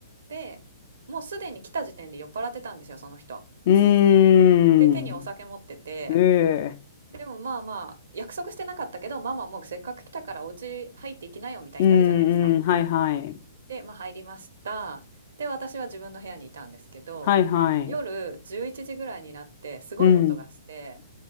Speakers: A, on the right (about 60°); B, on the left (about 40°).
A: で、もうすでに来た時点で酔っ払ってたんですよ、その人。
B: ーん。
A: で、手にお酒持ってて、
B: ええ。
A: でもまあまあ、約束してなかったけど、ママもうせっかく来たからお家入っていきなよみたいになるじゃないですか。
B: うんうん。はいはい。
A: で、まあ入りました。で、私は自分の部屋にいたんですけど、
B: はいはい。
A: 夜11時ぐらいになってすごい音がして、
B: うん。